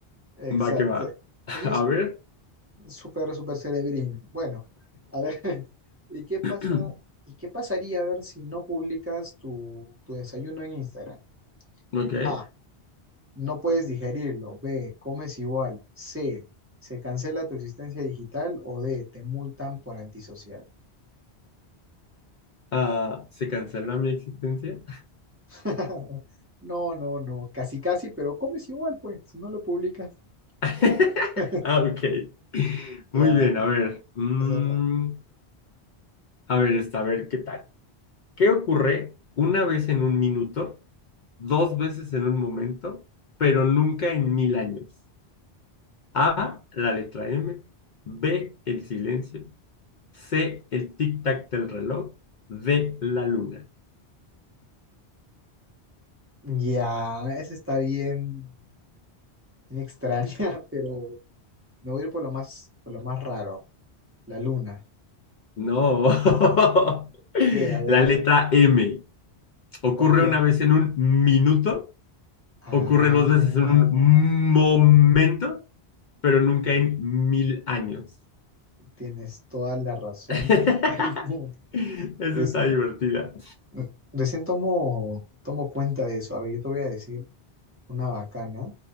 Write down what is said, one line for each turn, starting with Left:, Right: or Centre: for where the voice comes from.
Right: Exacto.
Left: Va que va. <laughs>
Right: Aquí
Left: A
Right: es
Left: ver. <clears throat>
Right: Súper, súper cerebrín. Bueno, a ver, <laughs> ¿y qué pasa?
Left: <laughs>
Right: ¿Y qué pasaría a ver si no publicas tu, tu desayuno en Instagram?
Left: Ok.
Right: A, no puedes digerirlo. B, comes igual. C, se cancela tu existencia digital. O D, te multan por antisocial.
Left: Ah, ¿se cancela mi existencia?
Right: <laughs> No, no, no, casi, casi, pero comes igual, pues, si no lo publicas.
Left: <laughs>
Right: <laughs>
Left: Ah, ok.
Right: Claro,
Left: Muy bien, a ver. mm,
Right: es verdad.
Left: a ver, esta, a ver, ¿qué tal? ¿Qué ocurre una vez en un minuto, dos veces en un momento, pero nunca en mil años? A, la letra M. B, el silencio. C, el tic-tac del reloj. D, la luna.
Right: Ya, esa está bien, bien extraña, <laughs> pero me voy a ir por lo más, por lo más raro. La luna.
Left: No. <laughs>
Right: ¿Qué? A ver,
Left: La letra M. Ocurre
Right: ¿por qué?
Left: una vez en un minuto,
Right: Ah,
Left: ocurre dos veces en un momento pero nunca
Right: ya,
Left: en mil años.
Right: tienes toda la razón
Left: <laughs> Esa
Right: <laughs> del mundo.
Left: está
Right: Pues
Left: divertida.
Right: re- recién tomo, tomo cuenta de eso. A ver, yo te voy a decir una bacana.